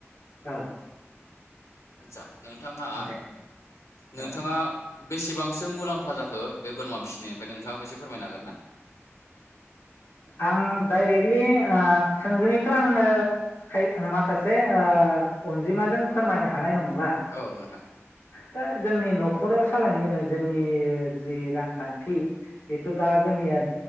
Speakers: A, on the left; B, on the left.
A: औ।
B: आतसा नोंथाङा
A: दे
B: नोंथाङा।
A: औ
B: बेसेबांसो मुलाम्फा जाखो बे बोरमा फिसिनायनिफ्राय नोंथाङाबो एसे फोरमायनो हागोन ना।
A: आं डाइरेक्टलि थोंजोङैथ आंङो माखासे अनजिमाजों फोरमायनो हानाय नंला।
B: औ नोंथां
A: दा। जोंनि नखराव सालायनो गोनां जोंनि जि रांखान्थि बेथ दा जोंनिया।